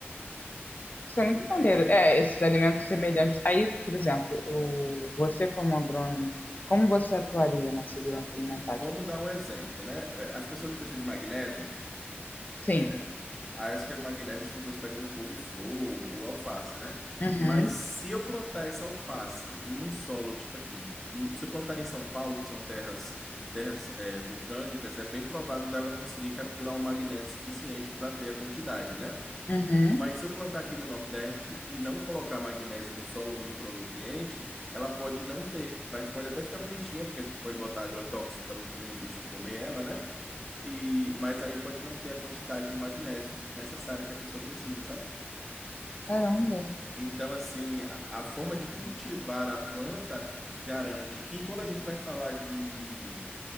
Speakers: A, on the left; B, in the centre.
A: Isso é muito maneiro.
B: Aí é.
A: É, esses alimentos semelhantes. Aí, por exemplo, o, você como agrônomo, como você atuaria na segurança alimentar?
B: Vamos
A: Tipo, assim?
B: dar um exemplo, né? As pessoas não precisam de magnésio.
A: sim.
B: né? Ah, acho que as magnésias as pessoas pegam no couve-flor ou alface, né?
A: Uhum,
B: Mas se eu plantar essa alface num solo tipo aqui, do- se eu plantar em São Paulo, que são terras terras eh, vulcânicas, é bem provável dela conseguir capturar um magnésio suficiente para ter a quantidade, né?
A: uhum.
B: Mas se eu plantar aqui no Nordeste e não colocar magnésio no solo, micronutriente, ela pode não ter. Vai, pode até ficar bonitinha, porque a gente pode botar agrotóxico para nenhum bicho comer ela, né? E, mas aí pode não ter a quantidade de magnésio necessária que a pessoa precisa, sabe?
A: Caramba.
B: Então, assim, a, a forma de cultivar a planta garante. E quando a gente vai falar de